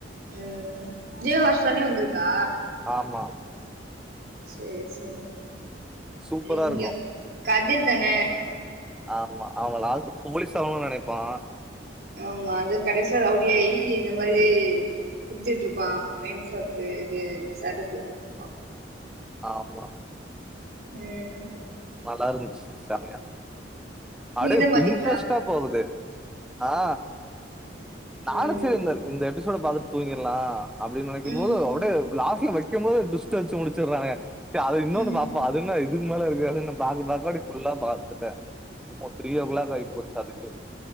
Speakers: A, on the right; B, in the centre.
A: ம் ஜியோ ஹாட் ஸ்டார்லயு வந்திருக்கா
B: ஆமா
A: சேரி சேரி
B: சூப்பரா
A: லிங்க
B: இருக்கு
A: கதிர் தான
B: ஆமா அவ லாஸ்ட்ல போலீஸ் ஆவுனுன் நெனைப்பா
A: ஆமா அது கடைசில ரவுடியாயி இந்த மாரி சுத்திட்ருப்பா ஒயின் சாப்பு இது சரக் குத்துட்ருப்பா
B: ஆமா
A: ம்
B: நல்லாருன்ச்சு செமயா
A: நீங்க
B: அடேவ்
A: தான் பாத்தீங்களா
B: இன்ட்ரெஸ்டா போகுது ஆ நானு
A: ம்
B: செரி இந்த இந்த எபிசோடு பாத்துட் தூங்கிர்லா அப்டின் நெனைக்கும்
A: ம்
B: போது அப்டே லாஸ்ட்ல வைக்கம் போது ஒரு டுவிஸ்ட் வச்சு முடிச்சர்ரானுக கே அத இன்னொன்னு
A: ம்
B: பாப்போ இது இன்னா இதுக் மேல இருக்கு அது என்ன பாக்க பாக்க அப்டி ஃபுல்லா பாத்துட்டே இப்போ த்ரீ ஓ கிளாக் ஆய் போச் சதுங்கு